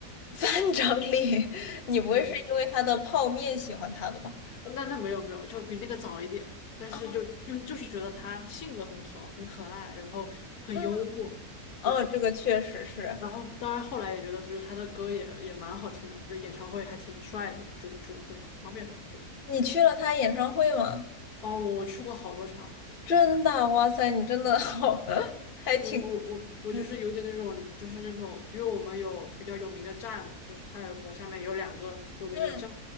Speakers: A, on the left; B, on the left.
A: <laughs> 范长丽，<laughs> 你不会是因为他的泡面喜欢他的吧？
B: 嗯，那那没有没有，就比那个早一点。但是就就就是觉得他性格很好，
A: 啊，
B: 很可爱，然后很幽默，
A: 嗯，哦，
B: 对。
A: 这个确实是。
B: 然后当然后来也觉得，就是他的歌也也蛮好听的嘛就演唱会还挺帅的，就就就各方面吧，就。
A: 你去了他演唱会吗？
B: 哦，我我去过好多场，
A: 真的，哇塞，你真的好，<laughs> 还挺，
B: 就是我我我就是有点那种，
A: 嗯
B: 就是那种，因为我们有比较有名的站嘛，就是泰国下面有两个有名的站，
A: 嗯，